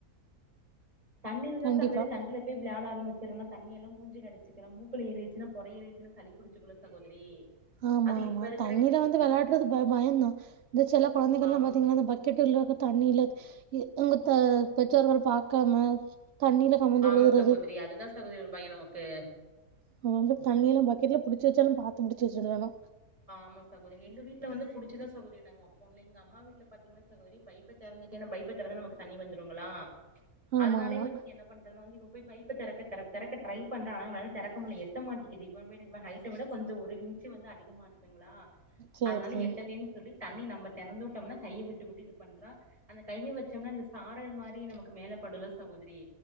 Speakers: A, on the right; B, on the right.
A: தண்ணி இருந்தா
B: கண்டிப்பா
A: சகோதரி தண்ணில போய் விளையாட ஆரம்பிச் சிரான்னா தண்ணி எல்லா மூஞ்சில அடிச்சுக்குறா மூக்குல ஏறிருச்சுனா பொற ஏறிருச்சுனு சளி புடிச்சுக்குல்ல சகோதரி
B: ஆமா
A: அது
B: ஆமா
A: இப்ப இருக்கிற
B: தண்ணில
A: கிளைமேட்லா
B: வந்து வெளையாடறது
A: பாத்தீங்கன்னா
B: ப பயந்தா இந்த செல கொழந்தைகள்லா
A: ஆமா
B: பாத்தீங்கன்னா
A: சகோ
B: இந்த பக்கெட்டுகள்ல இருக்க தண்ணில இ வுங்க த பெற்றோர்கள் பாக்காம தண்ணில கமந்து
A: ஆமா
B: விழுகுறது
A: சகோதரி அதுதா சகோதரி ஒரு பயோ நமக்கு
B: அவ வந்து தண்ணில பக்கெட்ல புடிச்சு வச்சாலு பாத்து முடிச்சு வச்சுறாங்க
A: ஆமா சகோதரி எங்க வீட்ல வந்து புடிச்சுதா சகோதரி நாங்க வப்போ எங்க அம்மா வீட்ல பாத்தீங்கன்னா சகோதரி பைப்ப தெறந்துட்டே அந்த பைப்ப தெறந்தா நமக்கு தண்ணி வந்துருங்களா
B: ஆமா
A: அதனாலயு
B: ஆமா
A: வந்து என்ன பண்றதுன்னா வந்து இவ போய் பைப்ப தெறக்க தெற தெறக்க ட்ரை பண்றா ஆனா அவனால தெறக்க முடில எட்ட மாட்டிங்குது இவன விட இவ ஹைட்ட விட கொஞ்ச ஒரு இன்ச்சு வந்து அதிகமா இரு க்குங்களா
B: சேரி
A: அதனால
B: சேரி
A: எட்டலேன்னு சொல்லி த தண்ணி நம்ப தெறந்து விட்டோம்னா கைய விட்டு விட்டு இது பண்றா அந்த கைய வச்சோம்னா இந்த சாரல் மாரி நமக்கு மேல படுல்ல சகோதரி